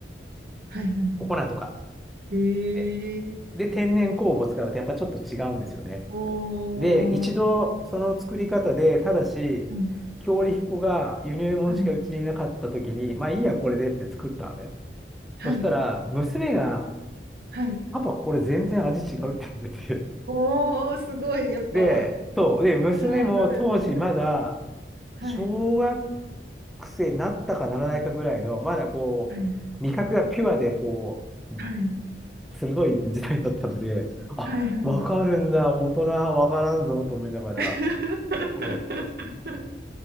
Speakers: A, on the right; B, in the centre.
A: はい。は
B: お粉とか
A: い。えー、
B: って、で、天然酵母を使うとやっぱちょっと違うんですよね。
A: おー。
B: で、一度その作り方で、ただし、
A: はい。
B: 強力粉が輸入物しかうちにいなかった時に、
A: はい。
B: まあいいや、これでって作ったのね。
A: はい。
B: そしたら、娘が、
A: はい
B: パパ、これ全然味違うって言われて。
A: おー、すごい。やっぱ、
B: で、そう。で、
A: お子さんわかるんですね。
B: 娘も当時まだ、
A: はい。
B: 小学生になったかならないかぐらいの、まだこう、
A: はい。
B: 味覚がピュアで、こう、
A: はい。
B: 鋭い時代だったので、あ、
A: はい。はい。
B: わかるんだ、大人はわからんぞ、と思いながら。
A: <laughs>
B: そ